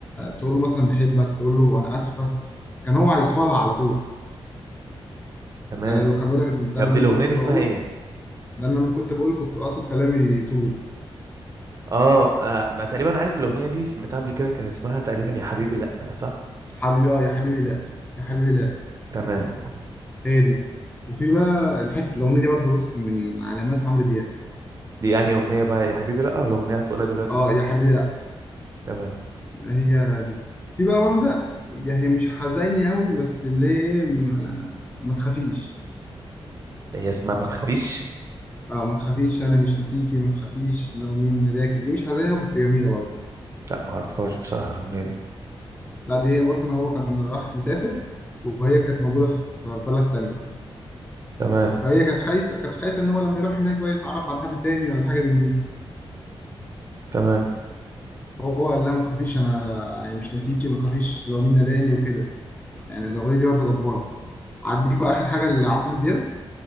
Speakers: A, on the left; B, on the right.
A: تقول له مثلا بحبك تقول له أنا آسفة كان هو هيصفلها على طول
B: تمام
A: ده لو كان بيقول لك
B: طب
A: ده أنا
B: دي
A: لما
B: الاغنيه
A: كنت
B: دي اسمها
A: بقول
B: ايه
A: ده أنا لما كنت بقول كنت أقصد كلامي طول
B: اه, آه انا تقريبا عارف الاغنيه دي سمعتها قبل كده كان اسمها تقريبا يا حبيبي لا صح
A: حبيبي آه يا حبيبي لا يا حبيبي لا
B: تمام
A: هي دي وفي بقى الحتة الأغنية دي برضه بص من علامات عمرو دياب
B: دي يعني أغنية بقى يا حبيبي لأ ولا أغنية هتقولها دلوقتي
A: اه يا حبيبي
B: تمام
A: هي دي في بقى واحدة يعني هي مش حزيني قوي بس اللي هي ما, ما تخافيش
B: هي اسمها ما تخافيش
A: اه ما تخافيش انا مش ناسيكي ما تخافيش لو مين ناداكي دي مش حزينة قوي بس جميلة برضه
B: لأ معرفهاش بصراحة الأغنية دي
A: لا دي هي بص ان هو كان راح مسافر وهي كانت موجودة في بلد تانية
B: تمام
A: فهي كانت خايفة كانت خايفة ان هو لما يروح هناك بقى يتعرف على حد تاني ولا حاجة من دي
B: تمام
A: فهو قال لها ما تخافيش انا يعني مش ناسيكي ما تخافيش لو مين ناداني وكده يعني الاغنية دي برضه جبارة عديك بقى اخر حاجة لعمرو دياب